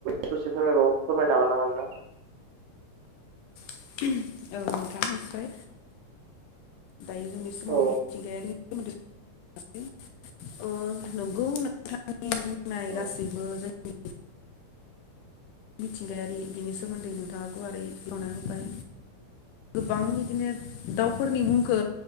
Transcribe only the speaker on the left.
औ नोंथां निस्सय दायो जोंनि समाव
मिथिंगायारि <unintelligible> नंगौ नोंथांनि बुंनाय
गासैबो जोंनि मिथिंगायारि बिनि सोमोन्दै नोंथाङा गुवारै बेखेवना होबाय। गोबां इदिनो दाउफोरनि मुंखो